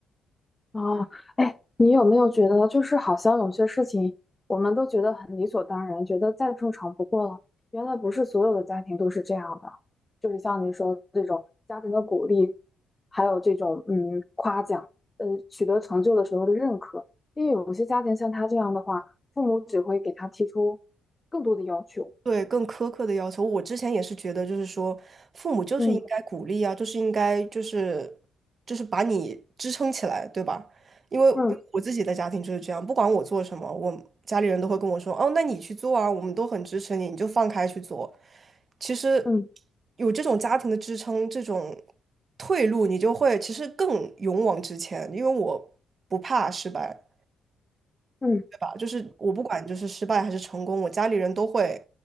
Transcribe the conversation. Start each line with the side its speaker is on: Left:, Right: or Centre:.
Left: 哦，哎，你有没有觉得，就是好像有些事情，我们都觉得很理所当然，觉得再正常不过了。原来不是所有的家庭都是这样的，就是像您说这种家庭的鼓励，还有这种嗯夸奖，呃，取得成就的时候的认可。因为有些家庭像他这样的话，父母只会给他提出更多的要求。
Right: 对，更苛刻的要求，我之前也是觉得，就是说，父母就是应该鼓励啊，
Left: 嗯
Right: 就是应该就是就是把你支撑起来，对吧？因为因为我自己的家庭就是这样，
Left: 嗯
Right: 不管我做什么，我家里人都会跟我说，哦，那你去做啊，我们都很支持你，你就放开去做。其实
Left: 嗯
Right: 有这种家庭的支撑，这种退路，你就会其实更勇往直前，因为我不怕失败。
Left: 嗯
Right: 吧，就是我不管就是失败还是成功，我家里人都会